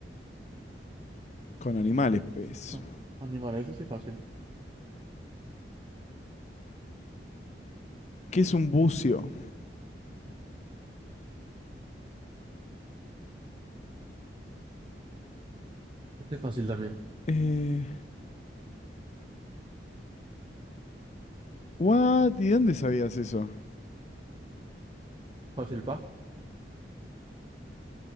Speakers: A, on the left (about 40°); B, on the right (about 25°).
A: Con animales,
B: Ani-
A: pez.
B: ah, Animal, eso sí es fácil.
A: ¿Qué es un bucio?
B: Este es fácil también.
A: Eh, ¿What? ¿Y dónde sabías eso?
B: Fácil, pa.